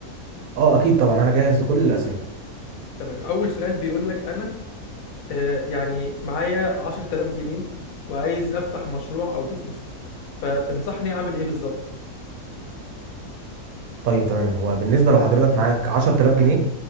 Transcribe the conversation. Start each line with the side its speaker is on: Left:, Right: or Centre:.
Right: اه اكيد طبعا انا جاهز لكل الاسئله
Left: تمام اول سؤال بيقول لك انا آه، يعني معايا عشرة آلاف جنيه وعايز أفتح مشروع أو بيزنس فتنصحني أعمل إيه بالظبط؟
Right: طيب تمام هو بالنسبه لو حضرتك معاك 10000 جنيه